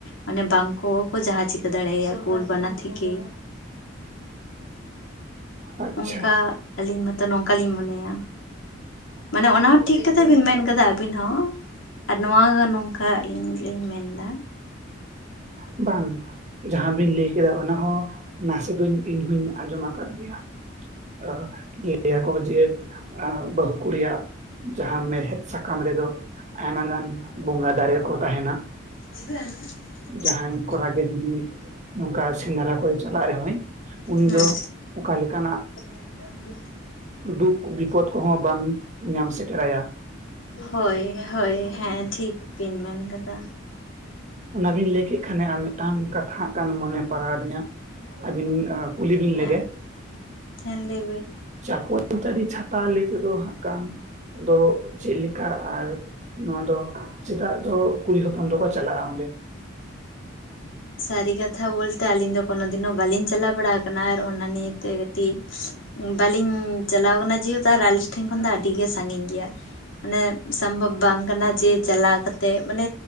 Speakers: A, on the left (about 70°); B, on the right (about 35°).
A: ᱢᱟᱱᱮ ᱵᱟᱝ ᱠᱚ ᱠᱚ ᱡᱟᱦᱟ ᱪᱤᱠᱟᱹ ᱫᱟᱲᱮ ᱟᱭᱟ ᱠᱩᱞ ᱵᱟᱱᱟ᱾ ᱛᱷᱮᱠᱮ᱾
B: ᱟᱪᱪᱷᱟ
A: ᱚᱝᱠᱟ ᱟᱹᱞᱤᱧ ᱢᱟᱛᱚ ᱱᱚᱝᱠᱟᱞᱤᱧ ᱢᱚᱱᱮᱭᱟ, ᱢᱟᱱᱮ ᱚᱱᱟ ᱴᱷᱤᱠ ᱠᱟᱛᱷᱟ ᱵᱤᱱ ᱢᱮᱱ ᱠᱟᱫᱟ ᱟᱹᱵᱤᱱ ᱦᱚᱸ, ᱟᱨ ᱱᱚᱣᱟ ᱱᱚᱝᱠᱟ ᱟᱹᱞᱤᱧ ᱞᱤᱧ ᱢᱮᱱ ᱫᱟ᱾
B: ᱵᱟᱝ᱾ ᱡᱟᱦᱟ ᱵᱤᱱ ᱞᱟᱹᱭ ᱠᱮᱫᱟ ᱚᱱᱟ ᱦᱚᱸ, ᱱᱟᱥᱮ ᱫᱚ ᱤᱧ ᱦᱚᱧ ᱟᱸᱡᱚᱢ ᱠᱟᱫ ᱜᱮᱭᱟ᱾ ᱟᱸᱦ ᱞᱟᱹᱭ-ᱟ ᱠᱚ ᱡᱮ ᱟᱸᱻ ᱵᱟᱹᱦᱩ ᱠᱩᱲᱤᱭᱟᱜ ᱡᱟᱦᱟ ᱢᱮᱲᱦᱮᱫ ᱥᱟᱠᱟᱢ ᱨᱮᱫᱚ ᱟᱭᱢᱟ ᱜᱟᱱ ᱵᱚᱸᱜᱟ ᱫᱟᱨᱮ ᱠᱚ ᱛᱟᱦᱮᱸᱱᱟ᱾
A: <unintelligible>
B: ᱡᱟᱦᱟᱭ ᱠᱚᱨᱟ ᱜᱮ ᱡᱩᱫᱤ ᱱᱚᱝᱠᱟ ᱥᱮᱸᱫᱽᱨᱟ ᱠᱚᱭ ᱪᱟᱞᱟᱜ ᱨᱮᱦᱚᱸᱭ ᱩᱱᱤ
A: ᱦᱮᱸ
B: ᱫᱚ ᱚᱠᱟ ᱞᱮᱠᱟᱱᱟᱜ
A: <unintelligible>
B: ᱫᱩᱠ ᱵᱤᱯᱚᱫ ᱠᱚᱦᱚᱸ ᱵᱟᱝ ᱧᱟᱢ ᱥᱮᱴᱮᱨᱟᱭᱟ᱾
A: ᱦᱳᱭ, ᱦᱳᱭ ᱦᱮᱸ ᱴᱷᱤᱠ ᱵᱤᱱ ᱢᱮᱱ ᱠᱟᱫᱟ᱾
B: ᱚᱱᱟ ᱵᱤᱱ ᱞᱟᱹᱭ ᱠᱮᱫ ᱠᱷᱟᱱᱮ ᱟᱨ ᱢᱮᱜ ᱴᱟᱝ ᱠᱟᱛᱷᱟ ᱦᱟᱸᱜ ᱠᱟᱱ ᱢᱚᱱᱮ ᱯᱟᱲᱟᱣ ᱟᱫᱤᱧᱟ ᱟᱹᱵᱤᱱ ᱠᱩᱞᱤ ᱵᱤᱱ
A: ᱦᱮᱸ
B: ᱞᱮᱜᱮ᱾
A: ᱦᱮᱸ ᱞᱟᱹᱭ ᱵᱤᱱ᱾
B: ᱪᱟᱠᱚᱞ ᱛᱟᱲᱤ ᱪᱷᱟᱛᱟ ᱞᱟᱹᱭ ᱛᱮᱫᱚ ᱦᱟᱸᱜ ᱠᱷᱟᱱ ᱫᱚ ᱪᱮᱫ ᱞᱮᱠᱟ ᱟᱨ ᱱᱚᱣᱟ ᱫᱚ ᱪᱮᱫᱟᱜ ᱫᱚ ᱠᱩᱲᱤ ᱦᱚᱯᱚᱱ ᱫᱚᱠᱚ ᱪᱟᱞᱟᱜ ᱟ ᱚᱸᱰᱮ?
A: ᱥᱟᱹᱨᱤ ᱠᱟᱛᱷᱟ ᱵᱚᱞ ᱛᱮ ᱟᱹᱞᱤᱧ ᱫᱚ ᱠᱳᱱᱳ ᱫᱤᱱ ᱦᱚᱸ ᱵᱟᱹᱞᱤᱧ ᱪᱟᱞᱟᱣ ᱵᱟᱲᱟ ᱠᱟᱱᱟ᱾ ᱟᱨ ᱚᱱᱟ ᱱᱤᱭᱟᱹᱛᱮ ᱠᱟᱹᱴᱤᱡ ᱵᱟᱹᱞᱤᱧ ᱪᱟᱞᱟᱣ ᱠᱟᱱᱟ ᱡᱮᱦᱮᱛᱩ ᱟᱨ ᱟᱞᱮ ᱴᱷᱮᱱ ᱠᱷᱚᱱ ᱫᱚ ᱟᱹᱰᱤ ᱜᱮ ᱥᱟᱸᱜᱤᱧ ᱜᱮᱭᱟ᱾ ᱢᱟᱱᱮ ᱥᱚᱢᱵᱷᱚᱵ ᱵᱟᱝ ᱠᱟᱱᱟ ᱡᱮ ᱪᱟᱞᱟᱣ ᱠᱟᱛᱮᱜ ᱢᱟᱱᱮ